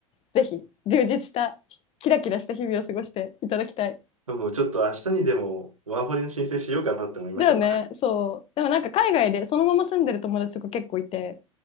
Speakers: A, on the left; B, on the right.
A: ぜひ充実したキラキラした日々を過ごしていただきたい
B: やもうちょっと明日にでも、ワーホリの申請しようかなって思いましたわ。
A: だよねそうでもなんか海外でそのまま住んでる友達とか結構いて